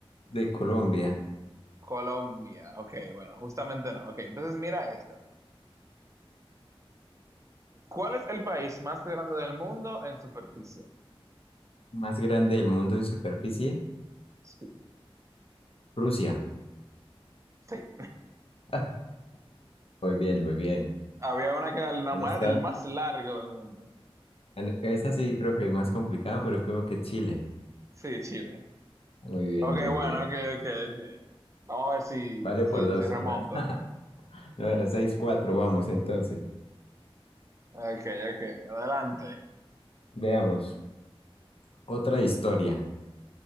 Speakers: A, on the left; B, on the right.
A: De Colombia,
B: Colombia. Ok, bueno, justamente no. Ok, entonces mira esta. ¿Cuál es el país más grande del mundo en superficie?
A: más grande del mundo en superficie,
B: Sí,
A: Rusia.
B: sí.
A: <laughs> Muy bien, muy bien.
B: Había una que era la
A: Han
B: más-
A: estado-
B: el más largo del mundo.
A: han- esa sí creo que es más complicada, pero creo que Chile.
B: Sí, Chile.
A: Muy bien,
B: Ok,
A: muy
B: bueno,
A: bien.
B: ok, ok, ok. Vamos a ver si,
A: Vale por
B: si,
A: dos,
B: si remonto.
A: una. <laughs> Bueno, seis cuatro vamos entonces.
B: Ok, ok, adelante.
A: Veamos, otra historia.